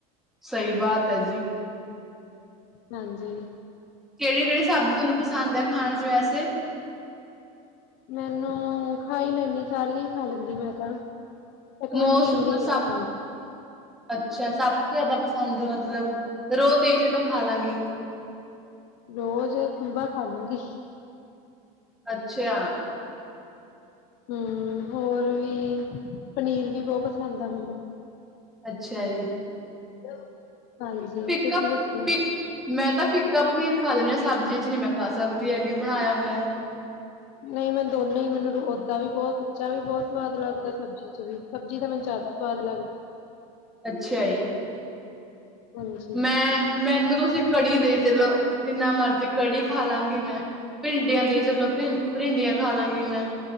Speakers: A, in the centre; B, on the left.
A: ਸਈ ਬਾਤ ਹੈ ਜੀ।
B: ਹਾਂਜੀ।
A: ਕੇੜੀ-ਕੇੜੀ ਸਾਬਜ਼ੀ ਤੁਨੂੰ ਪਸੰਦ ਐ ਖਾਣ ਚ ਵੈਸੇ?
B: ਮੈਨੂੰ ਖਾਈ ਲੈਨੀ ਸਾਰੀਆਂ ਹੀ ਖਾ ਲੈਂਦੀ ਮੈਂ ਤਾਂ। ਏਕ ਮੈਨੂੰ
A: ਮੋਸ
B: ਟੀਂਡੇ ਨੀ
A: ਸਭ
B: ਪਸੰਦ।
A: ਅੱਛਾ ਸਭ ਤੋਂ ਜਾਦਾ ਪਸੰਦ ਮਤਲਬ ਰੋਜ਼ ਦੇਈ ਚਲੋ ਖਾ ਲਾਂਗੀ।
B: ਰੋਜ਼ ਖੁੰਭਾ ਖਾ ਲੂੰਗੀ।
A: ਅੱਛਾ।
B: ਹੂੰ, ਹੋਰ ਵੀ ਪਨੀਰ ਵੀ ਬੋ ਪਸੰਦ ਆ ਮੈਨੂੰ।
A: ਅੱਛਾ ਜੀ।
B: <unintelligible> ਹਾਂਜੀ
A: ਪਿਕਪ
B: ਤੁਸੀਂ ਦੱਸੋ
A: -ਪਿਕ ਮੈਂ ਤਾਂ ਫਿੱਕਾ ਪਨੀਰ ਖਾ ਲੈਦੀ ਹਾਂ ਸਬਜ਼ੀ ਚ ਨਹੀਂ ਮੈਂ ਖਾ ਸਕਦੀ ਹੈਗੀ ਬਣਾਇਆ ਹੋਇਆ
B: ਨਹੀਂ ਮੈਂ ਦੋਨੇ ਹੀ ਮੈਨੂੰ ਓਦਾਂ ਵੀ ਬਹੁਤ, ਕੱਚਾ ਵੀ ਬਹੁਤ ਸਵਾਦ ਲੱਗਦਾ ਸਬਜ਼ੀ ਸਬਜ਼ੀ ਤਾਂ ਮੈਨੂੰ ਜ਼ਿਆਦਾ ਸਵਾਦ ਲੱਗਦੀ
A: ਅੱਛਾ ਜੀ
B: ਹਾਂਜੀ
A: ਮੈਂ ਮੈਨੂੰ ਤੁਸੀਂ ਕੜੀ ਦੇਈ ਚਲੋ, ਜਿੰਨਾ ਮਰਜ਼ੀ ਕੜੀ ਖਾ ਲਾਂਗੀ ਮੈਂ ਭਿੰਡੀਆਂ ਦੇਈ ਚਲੋ ਭ ਭਿੰਡੀਆਂ ਖਾ ਲਾਂਗੀ ਮੈਂ